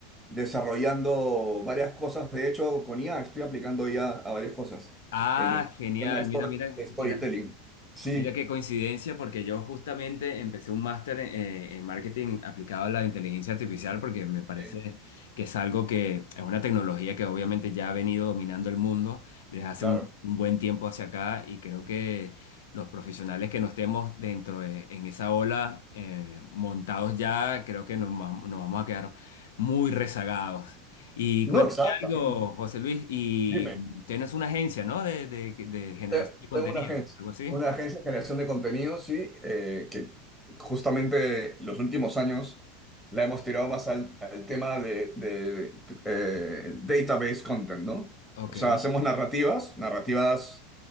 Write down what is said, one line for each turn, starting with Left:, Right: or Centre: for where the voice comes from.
Centre: desarrollando varias cosas. De hecho, con IA estoy aplicando IA a a varias cosas
Left: Ah,
Centre: en el
Left: genial,
Centre: en el tema de, stor-
Left: mira, mira,
Centre: de storytelling.
Left: mira.
Centre: Sí,
Left: Mira qué coincidencia, porque yo justamente empecé un máster eh, en marketing aplicado a la inteligencia artificial, porque me parece
Centre: Sí.
Left: que es algo que es una tecnología que obviamente ya ha venido dominando el mundo desde hace
Centre: claro.
Left: un, un buen tiempo hacia acá y creo que los profesionales que no estemos dentro de en esa ola eh, montados ya, creo que nos, vam- nos vamos a quedar muy rezagados. Y
Centre: No,
Left: cuéntame
Centre: exactamente.
Left: algo, José Luis, y
Centre: Dime.
Left: tienes una agencia, ¿no? De, de, de generación
Centre: Te-
Left: de contenido,
Centre: Tengo una agencia,
Left: algo así.
Centre: una agencia de generación de contenidos, sí, eh, que justamente los últimos años la hemos tirado más al, al tema de, de- de, eh, database content, ¿no?
Left: Ok,
Centre: O sea, hacemos narrativas, narrativas